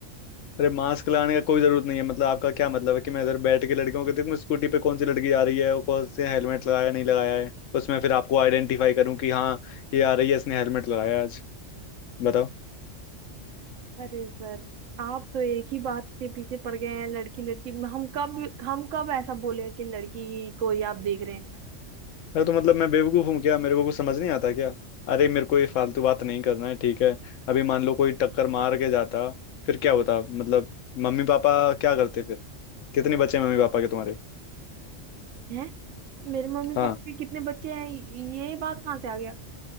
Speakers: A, on the left; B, on the right.
A: अरे मास्क लगाने का कोई जरूरत नहीं है मतलब आपका क्या मतलब है कि मैं इधर बैठ के लड़कियों को देखूं स्कूटी पे कौन सी लड़की आ रही है और कौन से हेलमेट लगाया नहीं लगाया है उसमें फिर आपको आइडेंटिफाई करूं कि हाँ ये आ रही है इसने हेलमेट लगाया है आज बताओ
B: अरे सर आप तो एक ही बात के पीछे पड़ गए हैं लड़की लड़की हम कब हम कब ऐसा बोले कि लड़की को ही आप देख रहे हैं
A: अरे तो मतलब मैं बेवकूफ़ हूँ क्या मेरे को कुछ समझ नहीं आता क्या अरे मेरे को ये फालतू बात नहीं करना है ठीक है अभी मान लो कोई टक्कर मार के जाता फिर क्या होता मतलब मम्मी पापा क्या करते फिर कितने बच्चे मम्मी पापा के तुम्हारे
B: हैं मेरे मम्मी पापा
A: हाँ
B: के कितने बच्चे हैं ये बात कहाँ से आ गया